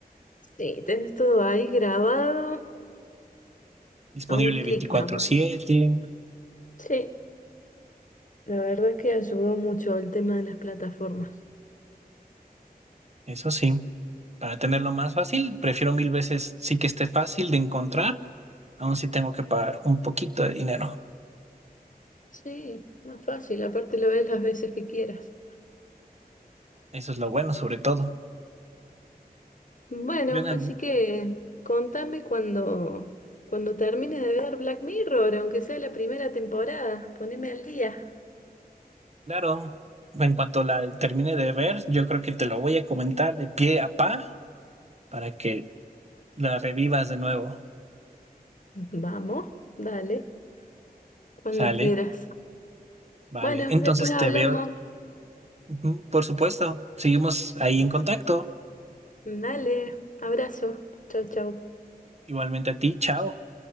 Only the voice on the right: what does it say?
Disponible
veinticuatro
siete
eso sí. Para tenerlo más fácil, prefiero mil veces sí que esté fácil de encontrar, aun si tengo que pagar un poquito de dinero.
Eso es lo bueno, sobre todo.
Yo en algún,
claro, en cuanto la termine de ver, yo creo que te lo voy a comentar de pie a pa para que La revivas de nuevo.
Sale,
vale.
Entonces
te
veo. Ujú, Por supuesto, seguimos ahí en contacto.
Igualmente a ti, chao.